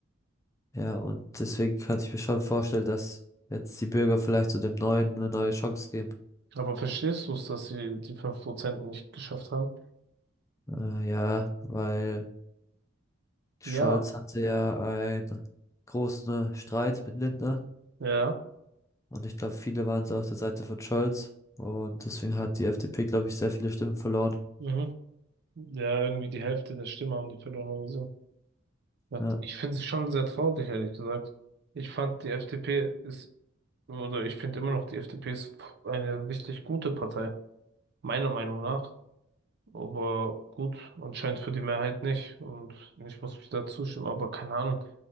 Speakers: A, on the left (about 15°); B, on the right (about 55°).
A: Ja, und deswegen könnte ich mir schon vorstellen, dass jetzt die Bürger vielleicht so dem Neuen eine neue Chance geben.
B: Aber verstehst du es, dass sie die 5% nicht geschafft haben?
A: Äh, ja, weil Scholz
B: Ja.
A: hatte ja einen großen Streit mit Lindner
B: Ja.
A: und ich glaube, viele waren so auf der Seite von Scholz und deswegen hat die FDP, glaube ich, sehr viele Stimmen verloren.
B: Mhm. Ja, irgendwie die Hälfte der Stimme haben die verloren oder so. Ja,
A: Ja.
B: Ich finde es schon sehr traurig, ehrlich gesagt. Ich fand, die FDP ist, oder ich finde immer noch, die FDP ist eine richtig gute Partei, meiner Meinung nach. Aber gut, anscheinend für die Mehrheit nicht. Und ich muss mich da zustimmen, aber keine Ahnung.